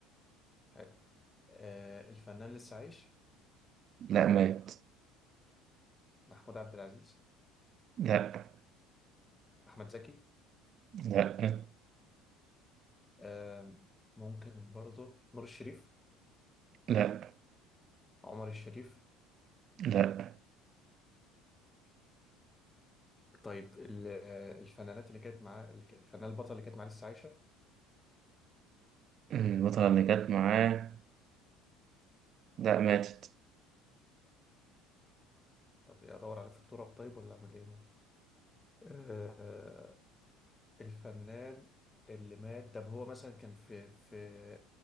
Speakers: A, on the left; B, on the right.
A: حلو آه، الفنان لسه عايش
B: لا مات
A: محمود عبد العزيز
B: لا
A: احمد زكي
B: لا
A: آه، ممكن برضه نور الشريف
B: لا
A: عمر الشريف
B: لا
A: طيب ال- آه، الفنانات اللي كانت معاه اللي ك- الفنان البطل اللي كانت معاه لسه عايشه
B: البطلة اللي كانت معاه لا ماتت
A: طب ادور عليه في التراب طيب ولا اعمل ايه ما آه، الفنان اللي مات طب هو مثلا كان في في